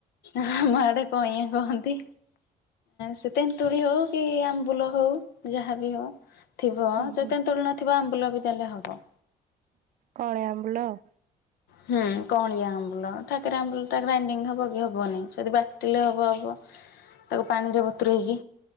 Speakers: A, on the left; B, on the right.
A: ଆମ ଆଡେ କଇଁଆ କହନ୍ତି ସେ ତେନ୍ତୁଳି ହଉ କି ଆମ୍ବୁଲ ହଉ ଯାହାବି ହଉ ଥିବ
B: ହୁଁ
A: ଯଦି
B: ହୁଁ
A: ତେନ୍ତୁଳି ନଥିବ ଆମ୍ବୁଲ ବି ଦେଲେ ହବ।
B: କଅଁଳି ଆମ୍ବୁଲ ଆଉ।
A: ହୁଁ କଅଁଳିଆ ଆମ୍ବୁଲ ଠାକରା ଆମ୍ବୁଲଟା ଗ୍ରାଇଣ୍ଡିଙ୍ଗ ହବ କି ହବନି ଯଦି ବାଟିଲେ ହବ ହବ?
B: <inaudible>
A: ତାକୁ ପାଣିରେ ବତୁରେଇକି